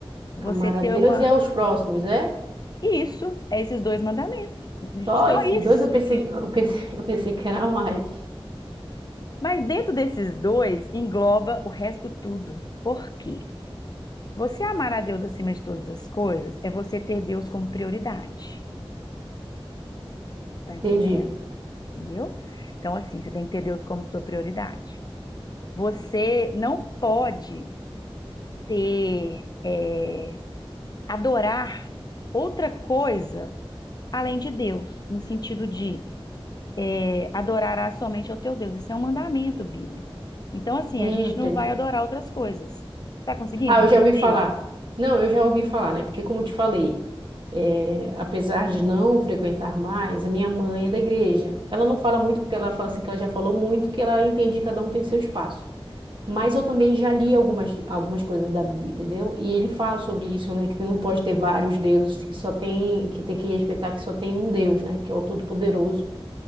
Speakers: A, on the left (about 45°); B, on the right (about 55°).
A: você
B: Amar
A: ter
B: a Deus
A: uma
B: e aos próximos, é?
A: isso, é esses dois mandamentos.
B: Só
A: Só
B: esses
A: isso
B: dois eu pensei,
A: que
B: eu pensei, <laughs> eu pensei que era mais.
A: mas dentro desses dois engloba o resto tudo. Por quê? Você amar a Deus acima de todas as coisas é você ter Deus como prioridade. Tá entendendo?
B: Entendi.
A: Entendeu? Então, assim, você tem que ter Deus como sua prioridade. Você não pode ter, é, adorar outra coisa além de Deus, no sentido de é, adorarás somente ao teu Deus. Isso é um mandamento bíblico. Então, assim,
B: Hum,
A: a gente
B: entendi.
A: não vai adorar outras coisas. Tá conseguindo
B: Ah,
A: compreender?
B: eu já ouvi falar. Não, eu já ouvi falar, né? Porque como eu te falei, é, apesar de não frequentar mais, a minha mãe é da igreja. Ela não fala muito porque ela fala assim que ela já falou muito, que ela entende que cada um tem seu espaço. Mas eu também já li algumas, algumas coisas da Bíblia, entendeu? E ele fala sobre isso, né? Que não pode ter vários deuses, que só tem, que tem que respeitar que só tem um Deus, né? Que é o Todo-Poderoso